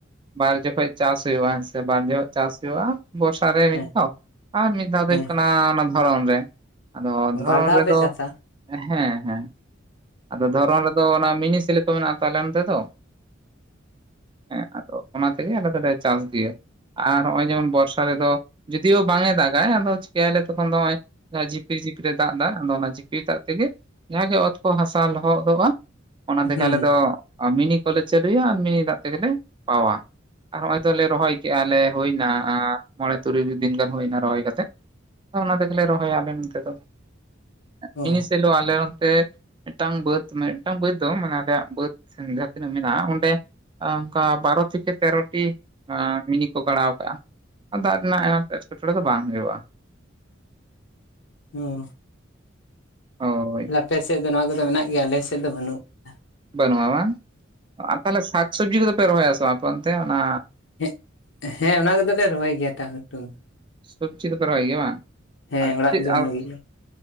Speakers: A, on the right; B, on the left.
A: ᱵᱟᱨ ᱡᱚᱠᱷᱚᱡ ᱪᱟᱥ ᱦᱩᱭᱩᱜᱼᱟ ᱦᱮᱸᱥᱮ ᱵᱟᱨ ᱡᱚᱠᱷᱚᱱ ᱪᱟᱥ ᱦᱩᱭᱩᱜᱼᱟ ᱵᱚᱨᱥᱟ ᱨᱮ
B: ᱦᱮᱸ
A: ᱢᱤᱫ ᱫᱷᱟᱣ ᱟᱨ ᱢᱤᱫ ᱫᱷᱟᱣ ᱫᱚ
B: ᱦᱮᱸ
A: ᱦᱩᱭᱩᱜ ᱠᱟᱱᱟ ᱚᱱᱟ ᱫᱷᱚᱨᱚᱱ ᱨᱮ ᱟᱫᱚ ᱫᱷᱚᱨᱚᱱ
B: ᱵᱟᱨ ᱫᱷᱟᱣ
A: ᱨᱮᱫᱚ
B: ᱯᱮ ᱪᱟᱥᱟ
A: ᱦᱮᱸ ᱦᱮᱸ ᱟᱫᱚ ᱫᱷᱚᱨᱚᱱ ᱨᱮᱫᱚ ᱚᱱᱟ ᱢᱤᱱᱤ ᱥᱮᱞᱳ ᱠᱚ ᱢᱮᱱᱟᱜ ᱟᱛᱚ ᱟᱞᱮ ᱚᱱᱛᱮ ᱫᱚ ᱦᱮᱸ ᱚᱱᱟ ᱛᱮᱜᱮ ᱟᱞᱮ ᱫᱚᱞᱮ ᱪᱟᱥ ᱤᱫᱤᱭᱟ ᱟᱨ ᱱᱚᱜ ᱚᱭ ᱡᱮᱢᱚᱱ ᱵᱚᱨᱥᱟ ᱨᱮᱫᱚ ᱡᱩᱫᱤᱭᱳ ᱵᱟᱝ ᱮ ᱫᱟᱜᱟ ᱟᱫᱚ ᱪᱤᱠᱟᱹᱭᱟᱞᱮ ᱛᱚᱠᱷᱚᱱ ᱫᱚ ᱱᱚᱜ ᱚᱭ ᱡᱟᱦᱟᱸ ᱡᱷᱤᱯᱤᱨ ᱡᱷᱤᱯᱤᱨ ᱫᱟᱜ ᱫᱟ ᱟᱫᱚ ᱚᱱᱟ ᱡᱤᱯᱤᱨ ᱫᱟᱜ ᱛᱮᱜᱮ ᱡᱟᱦᱟᱸ ᱜᱮ ᱚᱛ ᱠᱚ ᱦᱟᱥᱟ ᱞᱚᱦᱚᱫᱚᱜᱼᱟ ᱚᱱᱟ ᱛᱮᱜᱮ
B: ᱦᱩᱸ
A: ᱟᱞᱮ ᱫᱚ ᱟᱨ ᱢᱤᱱᱤ ᱠᱚᱞᱮ ᱪᱟᱹᱞᱩᱭᱟ ᱟᱨ ᱢᱤᱱᱤ ᱫᱟᱜ ᱛᱮᱜᱮᱞᱮ ᱯᱟᱣᱟ ᱟᱨ ᱦᱚᱸᱜ ᱚᱭ ᱛᱚᱞᱮ ᱨᱚᱦᱚᱭ ᱠᱮᱜ ᱟᱞᱮ ᱦᱩᱭᱱᱟ ᱢᱚᱬᱮ ᱛᱩᱨᱩᱭ ᱫᱤᱱ ᱜᱟᱱ ᱦᱩᱭᱱᱟ ᱨᱚᱦᱚᱭ ᱠᱟᱛᱮᱜ ᱚᱱᱟ ᱛᱮᱜᱮᱞᱮ ᱨᱚᱦᱚᱭᱟ ᱟᱞᱮ ᱱᱚᱱᱛᱮ ᱫᱚ
B: ᱚ
A: ᱢᱤᱱᱤ ᱥᱮᱞᱳ ᱟᱞᱮ ᱱᱚᱱᱛᱮ ᱢᱤᱫᱴᱟᱝ ᱵᱟᱹᱫᱽ ᱢᱟᱱᱮ ᱢᱤᱫᱴᱟᱝ ᱵᱟᱹᱫᱽ ᱫᱚ ᱢᱟᱱᱮ ᱟᱞᱮᱭᱟᱜ ᱵᱟᱹᱫ ᱡᱟᱦᱟᱸ ᱛᱤᱱᱟᱹᱜ ᱢᱮᱱᱟᱜᱼᱟ ᱚᱸᱰᱮ ᱚᱱᱠᱟ ᱵᱟᱨᱚ ᱛᱷᱮᱠᱮ ᱛᱮᱨᱚᱴᱤ ᱢᱤᱱᱤ ᱠᱚ ᱜᱟᱲᱟᱣ ᱠᱟᱜᱼᱟ ᱫᱟᱜ ᱨᱮᱱᱟᱜ ᱟᱱᱟᱴ ᱮᱴᱠᱮᱴᱚᱬᱮ ᱫᱚ ᱵᱟᱝ ᱦᱩᱭᱩᱜᱼᱟ
B: ᱚ
A: ᱦᱚᱭ
B: ᱟᱯᱮ ᱥᱮᱫ ᱫᱚ ᱱᱚᱣᱟ ᱠᱚᱫᱚ ᱢᱮᱱᱟᱜ ᱜᱮᱭᱟ ᱟᱞᱮ ᱥᱮᱫ ᱫᱚ ᱵᱟᱹᱱᱩᱜ ᱠᱟᱫᱟ
A: ᱵᱟᱹᱱᱩᱜᱼᱟ ᱵᱟᱝ, ᱛᱟᱦᱚᱞᱮ ᱥᱟᱠᱥᱚᱵᱽᱡᱤ ᱠᱚᱫᱚ ᱯᱮ ᱨᱚᱦᱚᱭᱟ ᱥᱮ ᱵᱟᱝ ᱟᱯᱮᱚᱱᱛᱮ ᱚᱱᱟ?
B: ᱦᱮᱸ ᱦᱮᱸ ᱚᱱᱟ ᱠᱚᱫᱚᱞᱮ ᱨᱚᱦᱚᱭ ᱜᱮᱭᱟ <inaudible>
A: ᱥᱚᱵᱪᱤ ᱠᱚᱯᱮ ᱨᱚᱦᱚᱭ ᱜᱮᱭᱟ ᱵᱟᱝ
B: ᱦᱮᱸ
A: ᱟᱨ
B: ᱚᱲᱟᱜ
A: ᱪᱮᱫ
B: ᱡᱚᱢ ᱞᱟᱹᱜᱤᱫ ᱫᱚ